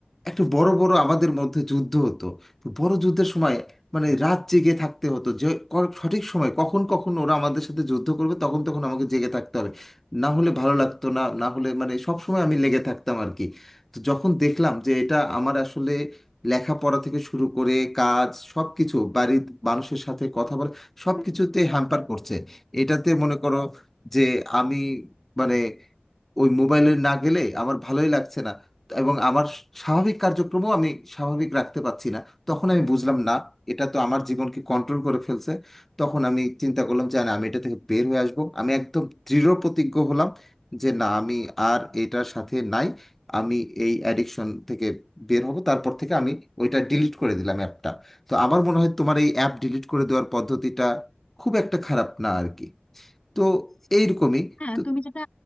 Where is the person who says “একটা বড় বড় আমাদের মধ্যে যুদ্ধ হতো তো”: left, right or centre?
Centre